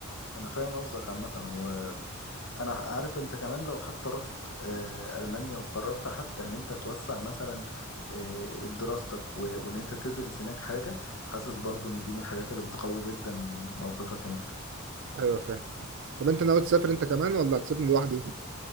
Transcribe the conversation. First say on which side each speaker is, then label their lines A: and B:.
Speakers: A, on the left; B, on the right.
A: انا فاهم قصدك عامه وانا عارف انت كمان لو حتى رحت آه، المانيا وقررت حتى ان انت توسع مثلا آه، دراستك و... وان انت تدرس هناك حاجه حاسس برضو ان دي من الحاجات اللي بتقوي جدا موقفك هناك
B: ايوه فاهم طب انت ناوي تسافر انت كمان ولا هتسيبني لوحدي